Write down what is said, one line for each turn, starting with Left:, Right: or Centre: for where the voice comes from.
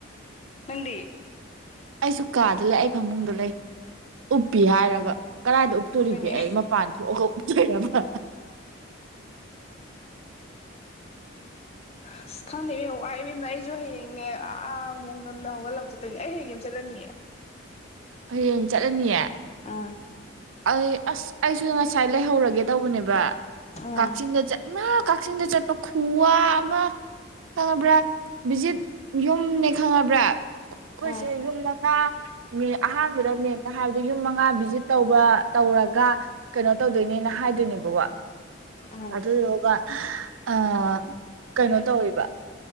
Left: ꯃꯗꯤ
Right: ꯑꯩꯁꯨ ꯀꯥꯗ ꯂꯩ ꯑꯩ ꯐꯃꯨꯡꯗ ꯂꯩ ꯎꯞꯄꯤ ꯍꯥꯏꯔꯒ ꯀꯗꯥꯏꯗ ꯎꯞꯇꯣꯔꯤꯒꯦ
Left: ꯍꯣꯏꯅꯦ
Right: ꯑꯩ ꯃꯄꯥꯟ ꯊꯣꯛꯑꯒ ꯎꯞꯇꯣꯏꯔꯕ
Left: ꯑꯁ ꯈꯪꯗꯦ ꯏꯕꯦꯝ ꯋꯥ ꯏꯕꯦꯝꯅꯦ ꯑꯩꯁꯨ ꯍꯌꯦꯡꯅꯦ ꯑꯥ ꯑꯃꯨ ꯉꯝꯅ ꯍꯧꯒꯠꯂꯛ ꯆꯠꯇꯣꯏꯅꯦ ꯑꯩ ꯍꯌꯦꯡ ꯌꯥꯝ ꯆꯠꯂꯅꯤꯌꯦꯦ
Right: ꯍꯌꯦꯡ ꯆꯠꯂꯅꯤꯌꯦ
Left: ꯑꯥ
Right: ꯑꯩ ꯑꯁ ꯑꯩꯁꯨ ꯉꯁꯥꯏ ꯂꯩꯍꯧꯔꯒꯦ ꯇꯧꯕꯅꯦꯕ
Left: ꯎꯝ
Right: ꯀꯛꯆꯤꯡꯒꯖꯥ ꯏꯃ ꯀꯛꯆꯤꯡꯗ ꯆꯠꯄ ꯈꯨꯋꯥ ꯑꯃ ꯈꯪꯉꯕ꯭ꯔꯥ ꯕꯤꯖꯤꯠ ꯌꯨꯝꯅꯦ ꯈꯪꯉꯕ꯭ꯔꯥ ꯑꯩꯈꯣꯏꯁꯦ
Left: ꯎꯝ
Right: ꯌꯨꯝ ꯃꯉꯥ ꯃꯤ ꯑꯍꯥꯟꯕꯗꯦꯝ ꯍꯥꯏꯕꯣ ꯌꯨꯝ ꯃꯉꯥ ꯚꯖꯤꯠ ꯇꯧꯧꯕ ꯇꯧꯔꯒ ꯀꯩꯅꯣ ꯇꯧꯗꯣꯏꯅꯦꯅ ꯍꯥꯏꯗꯣꯏꯅꯦꯕꯀꯣ
Left: ꯎꯝ
Right: ꯑꯗ ꯌꯣꯒ ꯑ ꯀꯩꯅꯣ ꯇꯧꯋꯦꯕ